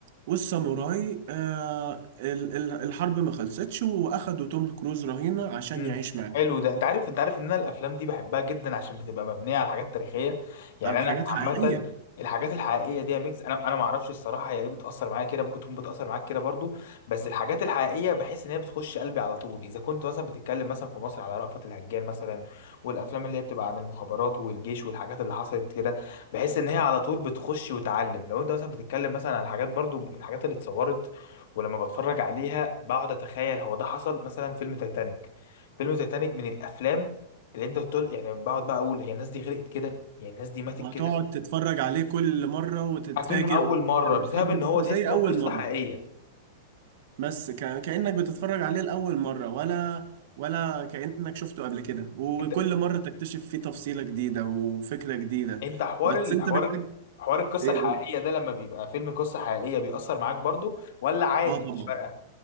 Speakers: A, on the right; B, on the left.
A: والساموراي آه، ال- ال- الحرب ما خلصتش وأخدوا توم كروز رهينة عشان
B: امم
A: يعيش معاهم
B: حلو ده انت عارف انت عارف ان انا الافلام دي بحبها جدا عشان بتبقى مبنيه على حاجات تاريخيه يعني
A: عن
B: انا
A: حاجات
B: عامه
A: حقيقية
B: الحاجات الحقيقيه دي يا ميجز انا انا ما اعرفش الصراحه هي ليه بتاثر معايا كده ممكن تكون بتاثر معاك كده برضو بس الحاجات الحقيقيه بحس ان هي بتخش قلبي على طول اذا كنت مثلا بتتكلم مثلا في مصر على رأفت الهجان مثلا والافلام اللي هي بتبقى عن المخابرات والجيش والحاجات اللي حصلت كده بحس ان هي على طول بتخش وتعلم لو انت مثلا بتتكلم مثلا على حاجات برضو من الحاجات اللي اتصورت ولما بتفرج عليها بقعد اتخيل هو ده حصل مثلا فيلم تايتانيك فيلم تايتانيك من الافلام اللي انت بتقول يعني بقعد بقى اقول هي الناس دي غرقت كده يعني الناس دي ماتت
A: وهتقعد
B: كده
A: تتفرج عليه كل مرة وتتفاجئ
B: اكنه اول مره
A: وتحب
B: بسبب ان هو تحس
A: زي
B: ان هو
A: أول
B: قصه
A: مرة
B: حقيقيه
A: بس ك- كأنك بتتفرج عليه لأول مرة ولا ولا كأنك شفته قبل كده وكل
B: انت
A: مرة تكتشف فيه تفصيلة جديدة وفكرة جديدة
B: انت حوار
A: بس
B: الحوار
A: أنت بتحب
B: حوار القصه
A: إيه
B: الحقيقيه
A: قول.
B: ده لما بيبقى فيلم قصه حقيقيه بيأثر معاك برضو ولا عادي
A: آه طبعا
B: مش فارقه